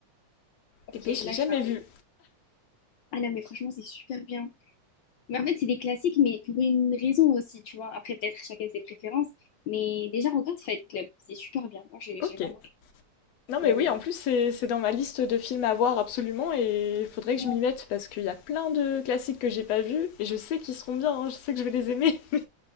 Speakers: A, on the left; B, on the left.
A: ok,
B: Et puis, je
A: là,
B: l'ai jamais
A: j'ai un-
B: vu.
A: Ah non, mais franchement, c'est super bien. Mais en fait, c'est des classiques, mais pour une raison aussi, tu vois. Après, peut-être chacun ses préférences. Mais déjà, regarde Fight Club, c'est super bien. Moi, j'ai
B: Ok.
A: j'ai vraiment...
B: Non mais
A: Ouais,
B: oui,
A: ouais,
B: en plus c'est c'est dans ma liste de films à voir absolument et il faudrait que
A: ouais.
B: je m'y mette parce qu'il y a plein de classiques que j'ai pas vus et je sais qu'ils seront bien, hein, je sais que je vais les aimer. <laughs>